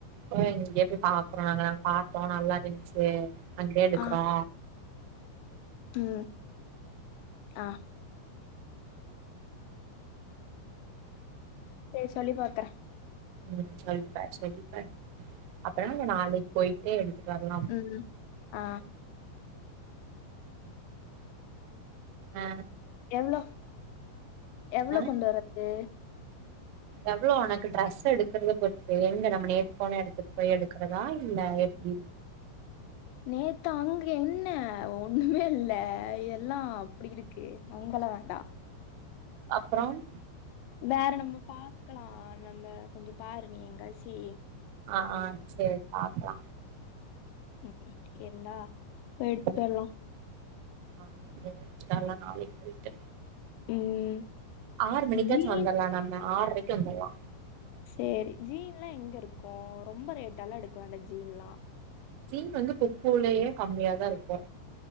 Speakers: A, on the right (about 85°); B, on the left (about 85°).
A: ஒ எங்ளுக் எப்டி பாக்றோ நாங்களா பாத்தோ நல்லா இருந்ச்சி அங்கயே எடுக்றோ
B: ஆ. ம் ஆ சேரி சொல்லி பாக்கற
A: ம் சரிப்பா சரிப்பா அப்புற நா நாளைக் போயிட்டே எடுத்துட்டு வர்லாம்
B: ம். ஆ
A: ஆ
B: எவ்ளோ எவ்ளோ
A: ஆ
B: கொண்டு வரது
A: எவ்ளோ உனக்கு ட்ரெஸ் எடுக்கறத பொறுத்து எங்க நம்ம நேத்து போன எடத்துக் போய் எடுக்கறதா இல்ல எப்படி
B: நேத்து அங்க என்ன ஒண்ணுமே இல்ல எல்லா அப்டி இருக்கு அங்கல்லா வேண்டா
A: அப்றோம்
B: வேற நம்ம பாக்லா நம்ம கொஞ்ச பாரு நீ எங்காசி
A: ஆ சேரி பாக்லா
B: ம் இருந்தா போய் எடுத்துட்டு
A: ம்
B: வர்லா
A: ஆ <inaudible> நாளைக் போயிட்டு
B: ம்
A: ஆறு மணிக்காச்சு
B: ஜீன்
A: வந்துர்லா நம்ம ஆற்ரைக்கு வந்துர்லா
B: சேரி ஜீன்லா எங்க இருக்கு ரொம்ப ரேட்டால்ல எடுக்க வேண்டா ஜீன்லா
A: ஜீன் வந்து கொக்கோலேயே கம்மியா தா இருக்கு